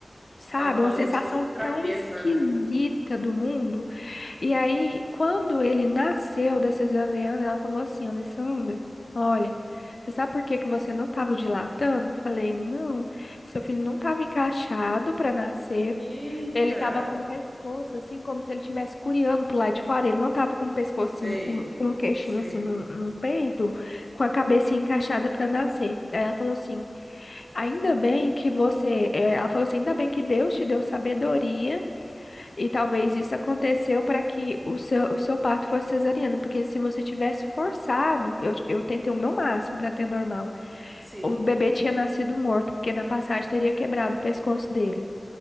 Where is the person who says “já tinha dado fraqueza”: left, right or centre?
Right